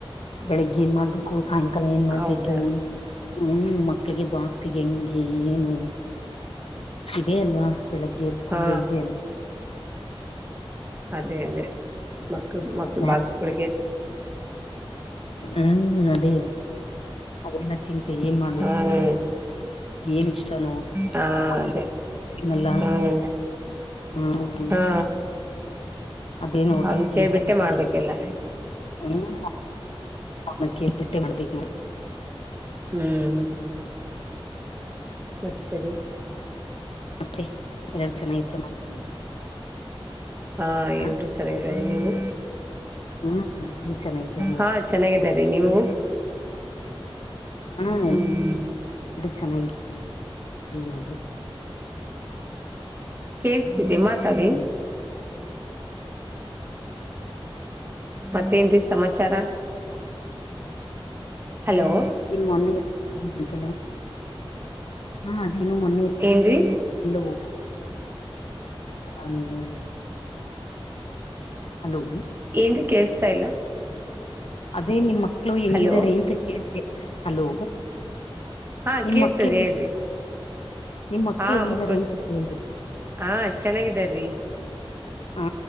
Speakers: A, on the left; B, on the right.
A: ಬೆಳಿಗ್ಗೆ ಏನ್ ಮಾಡ್ಬೇಕು ಸಾಯಂಕಾಲ ಏನ್ ಮಾಡ್ಬೇಕು.
B: ಹೌದಾ
A: ಹ್ಮ್ ಮಕ್ಕಳಿಗೆ ಬಾಕ್ಸಗೆ ಹೆಂಗೆ ಏನು ಇದೆ ಅಲ್ವಾ ಬೆಳಗ್ಗೆ ಎದ್ದು ಕೂಡ್ಲೆೇ
B: ಹಾ
A: ಇದೆ ಅಲ್ವಾ
B: ಅದೇ ಅದೇ ಮಕ್ಕ ಮಕ್ಳೂ
A: ಸ್ನಾಕ್ಸ್.
B: ಬಾಕ್ಸ್ಗಳಿಗೆ
A: ಹ್ಮ್ ದೇ ಅದನ್ನೆ ಚಿಂತೆ ಏನ್ ಮಾಡ್ಬೇಕು.
B: ಹ್ಮ್
A: ಏನ್ ಇಷ್ಟನೋ
B: ಹ
A: ನಮ್ ಮಕ್ಕಳಿಗೆ
B: ಅದೇ
A: ತಿನಲ್ಲ.
B: ಹ್ಮ್
A: ಹ್ಮ
B: ಹಾ
A: ಅದೇ ನೋಡ್ರಿ
B: ಅವ್ನ್
A: ಚಿಂತೆ
B: ಕೇಳ್ಬಿಟ್ಟೆ
A: ನಮಗೆ.
B: ಮಾಡ್ಬೇಕೆಲ್ಲ
A: ಹ್ಮ್ ಅವನ್ನ ಕೇಳಬಿಟ್ಟೇ ಮಾಡಬೇಕ್ ನೋಡ್ರೀ
B: ಹ್ಮ್ ವ್ಯಕ್ತಿಗಳು
A: ಮತ್ತೆ ಎಲ್ಲಾರು ಚೆನ್ನಾಗಿದ್ದಾರೆ ಮನೆ
B: ಹಾ
A: ಮಕ್ಕಳ
B: ಎಲ್ರು ಚೆನ್ನಾಗಿದ್ದಾರೆ ನೀವು
A: ಹ್ಮ ಎಲ್ಲಾರೂ ಚೆನ್ನಾಗಿ ಇದರೇ ನೋಡ್ರಿ.
B: ಹಾ ಚೆನ್ನಾಗಿದ್ದಾರೆ ನೀವು
A: ಹಾ
B: ಹ್ಮ್
A: ಎಲ್ಲಾರೂ ಚೆನ್ನಾಗಿದ್ದಾರೆ ನೋಡ್ರೀ.
B: ಕೇಳಸ್ತಿದ್ದೆ ಮಾತಾಡಿ.
A: ಹ್ಮ್
B: ಮತ್ತೇನ್ ರೀ ಸಮಾಚಾರ ಹಲೋ
A: ಇನ್ ಮೊನ್ನೆಂತಲ್ಲ ಬಂದಿದ್ದಾಂತ ಅಲ್ಲ ಅದನ್ನು ಮೊನ್ನೆ
B: ಎನ್ರೀ
A: ಲ <unintelligible> ಅವನು ಹಲೋ
B: ಏನ್ರೀ ಕೇಳ್ಸ್ತಾ ಇಲ್ಲ.
A: ಅದೇ ನಿಮ್ಮ್ ಮಕ್ಳು ಹೆಂಗಿದ್ದಾರೆ
B: ಹಲೋ
A: ಅಂತ ಕೇಳ್ತದ ಹಲೋ
B: ಹಾ
A: ನಿಮ
B: ಕೇಳ್ತದೆ
A: ಮಕ್ಳ
B: ಹೇಳ್ರಿ
A: ನಿಮ್ ಮಕ್ಳ್
B: ಹಾ
A: ಹೆಂಗಿದಿದ್ದಾರೆ
B: ಮಕ್ಕಳು
A: ಅಂತ ಕೇಳ್ದೆ
B: ಹಾ ಚೆನ್ನಾಗಿದಾರ್ರೀ
A: ಹಾ